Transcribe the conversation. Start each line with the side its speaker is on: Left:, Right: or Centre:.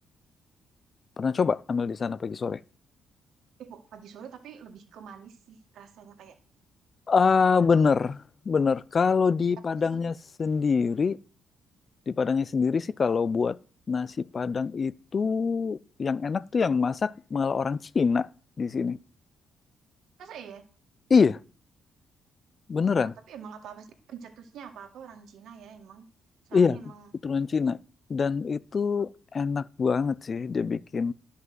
Left: Pernah coba ambil di sana pagi sore?
Right: Eh, pagi sore tapi lebih ke manis sih rasanya kayak
Left: Ah,
Right: apa ya?
Left: bener, bener. Kalau di
Right: Ada apa
Left: Padangnya
Right: sih?
Left: sendiri, di Padangnya sendiri sih kalau buat nasi Padang itu yang enak tuh yang masak malah orang Cina di sini.
Right: Masa ya?
Left: Iya, beneran.
Right: Oh, tapi emang apa-apa sih pencetusnya apa-apa orang Cina ya emang. Soalnya
Left: Iya,
Right: emang
Left: keturunan Cina. Dan itu enak banget sih dia bikin